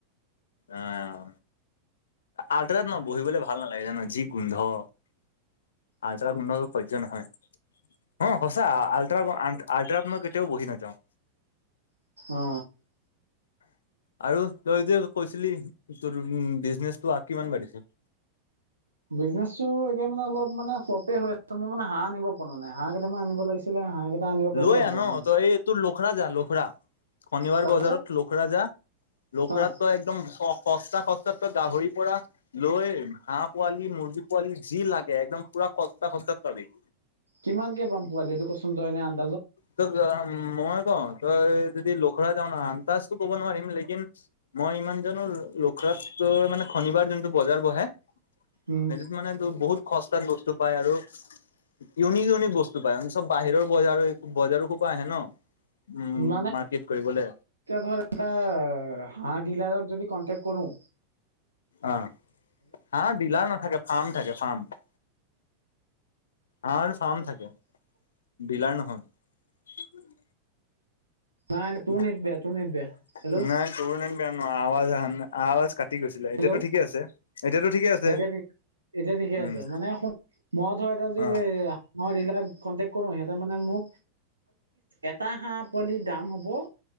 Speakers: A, on the left; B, on the right.
A: অঁ। আলট্ৰাত ন বহিবলে ভাল নালাগে জানা যি গোন্ধ আজৰা গোন্ধটো সৈজ নহয়। অ সঁচা আল্ট আল্ট্ৰা মই কেতিয়াও বহি নযাওঁ।
B: অ
A: আৰু তই যদি কৈছিলি তোৰ উম বিজনেচটো কিমান বাঢ়িছে।
B: উ বিজনেছো এতিয়া মানে অলপ মানে সপে হৈ আছে মই মানে হাঁহ আনিব পৰা নাই হাঁহ কেইটামান আনিব লাগিছিলে হাঁহ কেইটা আনিব পাৰিলে
A: লৈ
B: হ'ব
A: আন ন
B: মানে
A: তই এই তোৰোক- লোখৰা যা লোখৰা শনিবাৰ
B: তাৰপাছত
A: বজাৰত লোখৰা যা লোখৰা
B: অ
A: তো একদম- সস্তা সস্তাত ত গাহৰিৰ পৰা লৈ হাঁহ পোৱালি মুৰ্গী পোৱালি যি লাগে একদম পুৰা- সস্তা সস্তা পাবি-
B: কিমান কে পাম পোৱালি সেইটো কচোন তই এনে আন
A: ত মই কম- তই যদি লোখৰা যাও নয় আমন্তাজটো ক'ব নোৱাৰিম লেকিন মই ইমান জানো লখৰাত। ত মানে শনিবাৰ যোনটো বজাৰ বহে
B: উম
A: সেইটোত মানে ত বহুত- সস্তাত বস্তু পায় আৰু ইউনিক ইউনিক বস্তু পায় চব বাহিৰৰ বজাৰ- বজাৰো খোপা আহে। ন উম
B: মানে
A: মাৰ্কেট কৰিবলে
B: ধৰা এটা হাঁহ ডিলাৰক যদি কটে্ কৰোঁ।
A: অ হাঁহ ডিলাৰ নাথাকে ফাৰ্ম থাকে ফাৰ্ম- হাঁহৰ ফাৰ্ম থাকে ডিলাৰ নহয়।
B: নাই নাই তোৰ
A: নাই
B: নেট বেয়া তোৰ নেট বেয়া হেল্ল'
A: তোৰ নে ক ন আৱজ অহা নাছিলে আৱাজ কাটি গৈছিলে
B: হেল্ল'
A: এতিয়াতো ঠিকে আছে এতিয়াতো ঠিকে আছে।
B: এতিয়া ঠিক- এতিয়া ঠিকে
A: উম
B: আছে মানে মই ধৰ এতিয়া
A: অ
B: যদি কন্টেক্ কৰো সিহ- মানে মোক এটা হাঁহ পোৱালিৰ দাম হ'ব